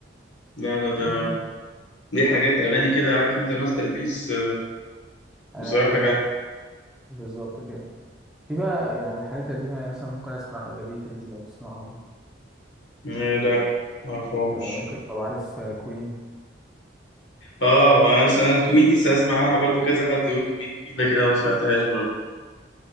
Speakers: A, on the left; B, in the centre.
A: لا لا ده
B: مهم.
A: ليه حاجات اغاني كده عارف انت ماستر بيس بصراحه
B: أيوه
A: جامده
B: بالظبط كده في بقى يعني الحاجات القديمة يعني مثلا ممكن أسمع ذا بيتلز لو تسمعهم
A: آه، لا معرفهمش
B: آه، أوكي طب عارف كوين
A: اه آه، انا سمعت كوين دي اسمع عنها برضو كذا حد يقول كوين كوين لكن انا ما سمعتهاش برضو